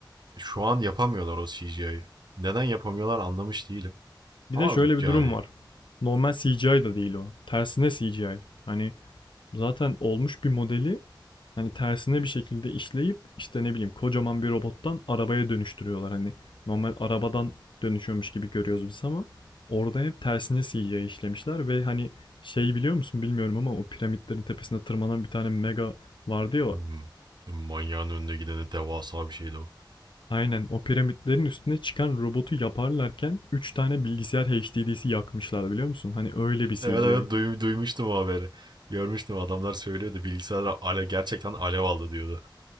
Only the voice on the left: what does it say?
bir
de şöyle bir
durum var. Normal CGI da değil o. Tersine CGI. Hani Zaten olmuş bir modeli hani tersine bir şekilde işleyip işte ne bileyim kocaman bir robottan arabaya dönüştürüyorlar. Hani normal arabadan dönüşüyormuş gibi görüyoruz biz ama orada hep tersine CGI işlemişler ve hani şey biliyor musun bilmiyorum ama o piramitlerin tepesine tırmanan bir tane mega vardı ya o.
Aynen o piramitlerin üstüne çıkan robotu yaparlarken 3 tane bilgisayar HDD'si yakmışlar biliyor musun? Hani öyle bir CGI.